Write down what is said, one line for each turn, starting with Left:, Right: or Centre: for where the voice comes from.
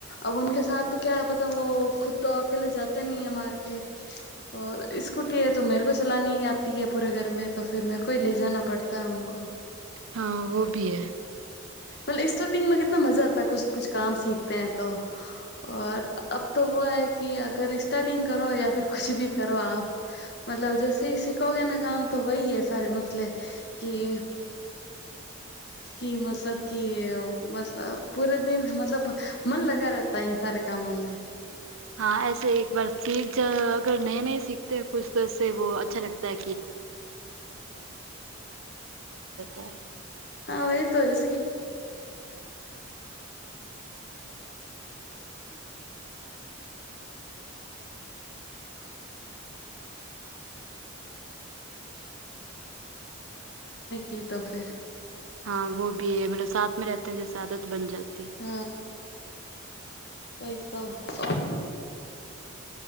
Left: અબ ઉનકે સાથ ક્યા હૈ પતા હૈ વો અકેલે તો જાતે નહી હૈ માર્કેટ. ઓર ઇસ્કુટી હૈ તો મેરે કો હો ચલાની આતી હૈ પુરે ઘર મે તો ફિર મેરે કો હિ લે જાના પડતા હૈ ઊંકો.
Right: હા વો ભી હે.
Left: બોલ ઇસ્ટતિંગ મે કિતના મજા આતા હૈ જબ કામ સિખતે હે તો. ઓર અબ તો વો હૈ કિ ઇસ્ટેન્તિંગ કરો યા કુછ ભી કરો આપ મતલબ જેસે હિ સિખોંગે ના સારે કામ તો વહી હૈ મસલે હૈ કી કી મત <unintelligible> મતલબ મન લગા રહેતા હૈ ઈન સારે કામો મે.
Right: હા એસે એક બાર શીખ જાઓ અગર નયે નયે સિખ તે હો તો કુછ વો તો અછ લાગતા હૈ. <unintelligible>
Left: <unintelligible> <unintelligible> <unintelligible> બાત કરને કી તો ફિર.
Right: હા વો ભી હૈ સાથ મે રેહતે હૈ તો જેશે આદત બન જાતિ હૈ.
Left: હ્ વહી તો ઓર